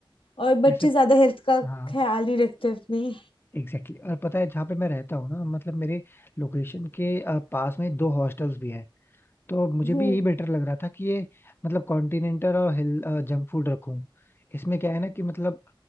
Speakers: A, on the left (about 75°); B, on the left (about 25°).
A: और बच्चे
B: वैसे
A: ज्यादा हेल्थ का
B: हाँ
A: ख्याल नहीं रखते अपनी
B: एग्जैक्टली exactly. और पता है जहाँ पे मैं रहता हूँ ना मतलब मेरे लोकेशन के अ, पास में दो हॉस्टल्स भी हैं तो मुझे
A: हम्म
B: भी यही बेटर लग रहा था कि ये मतलब कॉन्टिनेंटल और हिल जंक फूड रखूं इसमें क्या है ना कि मतलब